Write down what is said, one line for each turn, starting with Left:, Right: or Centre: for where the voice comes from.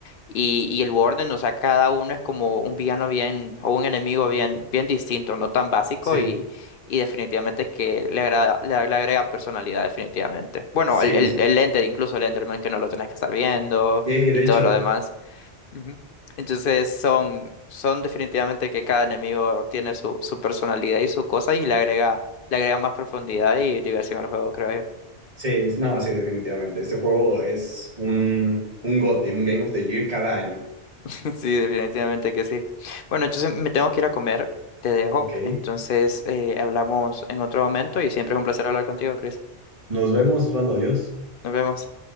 Left: Y, y el Warden, o sea, cada uno es como un villano bien, o un enemigo bien, bien distinto, no tan básico
Right: sí,
Left: y, y definitivamente que le agrada, le, le agrega personalidad, definitivamente. Bueno,
Right: sí,
Left: el, el,
Right: sí,
Left: el
Right: sí.
Left: Enter, incluso el Enderman, que no lo tenés que estar viendo
Right: Y
Left: y
Right: de
Left: todo
Right: hecho,
Left: lo demás. Ujú. Entonces son, son definitivamente que cada enemigo tiene su, su personalidad y su cosa y le agrega, le agrega más profundidad y diversión al juego, creo yo.
Right: sí, es- no, sí, definitivamente. Este juego es un, un GOTY, un Game of the Year cada año.
Left: <laughs> Sí, definitivamente que sí. Bueno, entonces me tengo que ir a comer, te dejo.
Right: Ok.
Left: Entonces eh, hablamos en otro momento y siempre es un placer hablar contigo, Chris.
Right: Nos vemos, Osvaldo, adiós.
Left: Nos vemos.